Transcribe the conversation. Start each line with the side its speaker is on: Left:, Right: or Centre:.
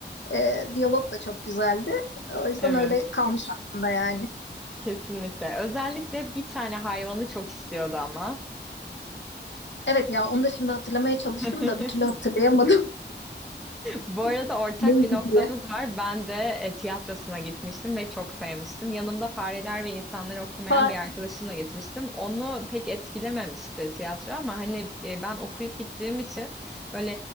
Left: E, diyalog da çok güzeldi. O yüzden
Centre: Evet.
Left: öyle kalmış aklımda yani.
Centre: Kesinlikle. Özellikle bir tane hayvanı çok istiyordu ama.
Left: Evet ya onu da şimdi hatırlamaya çalıştım
Centre: <laughs>
Left: da bir türlü hatırlayamadım.
Centre: Bu arada
Left: <laughs>
Centre: ortak
Left: Neydi
Centre: bir noktamız
Left: diye.
Centre: var. Ben de e, tiyatrosuna gitmiştim ve çok sevmiştim. Yanımda Fareler ve İnsanları okumayan
Left: Ha,
Centre: bir arkadaşımla gitmiştim. Onu pek etkilememişti tiyatro ama hani e, ben okuyup gittiğim için böyle